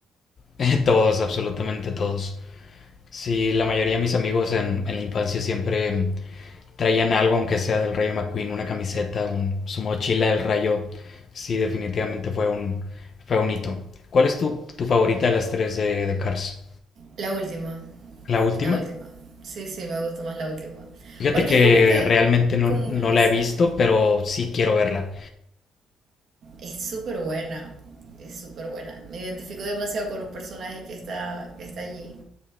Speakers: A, on the left; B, on the right.
A: <laughs> Todos, absolutamente todos. Sí, la mayoría de mis amigos en, en la infancia siempre mm, traían algo, aunque sea del Rayo McQueen, una camiseta, un, su mochila del Rayo. Sí, definitivamente fue un, fue un hito. ¿Cuál es tu, tu favorita de las tres de, de Cars?
B: La última.
A: ¿La última?
B: La última. Sí, sí, me gusta más la última.
A: Fíjate
B: Porque
A: que
B: es como que,
A: realmente no,
B: como
A: no
B: el mensaje.
A: la he visto, pero sí quiero verla.
B: Es súper buena. Es súper buena. Me identifico demasiado con un personaje que está, que está allí.